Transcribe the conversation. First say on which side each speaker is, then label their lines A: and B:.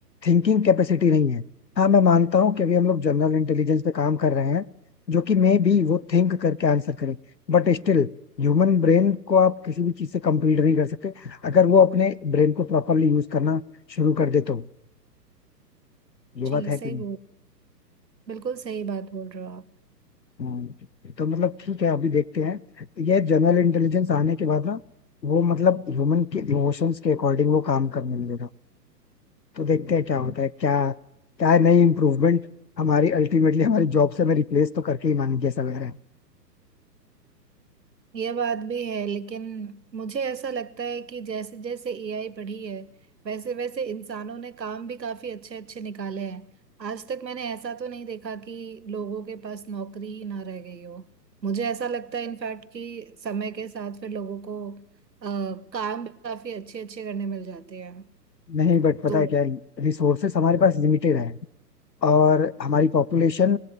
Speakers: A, on the left; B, on the right.
A: थिंकिंग कैपेसिटी नहीं है हाँ मैं मानता हूँ कि अभी हम लोग जनरल इंटेलिजेंस पे काम कर रहे हैं जो कि मे बी वो थिंक करके आंसर करे बट स्टिल ह्यूमन ब्रेन को आप किसी भी चीज से कंपीट नहीं कर सकते अगर वो अपने ब्रेन को प्रॉपरली यूज करना शुरू कर दे तो ये
B: जी
A: बात है
B: सही
A: कि
B: बोल बिल्कुल सही बात बोल रहे हो
A: हाँ, तो मतलब ठीक है अभी देखते हैं ये जनरल इंटेलिजेंस आने के बाद ना वो मतलब ह्यूमन के इमोशंस के अकॉर्डिंग वो काम करने लगेगा तो देखते हैं क्या होता
B: आप
A: है क्या क्या नई इम्प्रूवमेंट हमारी अल्टीमेटली हमारी जॉब से हमें रिप्लेस तो करके ही मानेंगे ऐसा लग रहा है
B: ये बात भी है लेकिन मुझे ऐसा लगता है कि जैसे जैसे एआई बढ़ी है वैसे वैसे इंसानों ने काम भी काफी अच्छे अच्छे निकाले हैं आज तक मैंने ऐसा तो नहीं देखा कि लोगों के पास नौकरी ही ना रह गई हो मुझे ऐसा लगता है इनफैक्ट कि समय के साथ फिर लोगों को अ, काम भी काफी अच्छे अच्छे करने मिल जाते हैं
A: नहीं बट पता
B: तो
A: है क्या रिसोर्सेस हमारे पास लिमिटेड है और हमारी पॉपुलेशन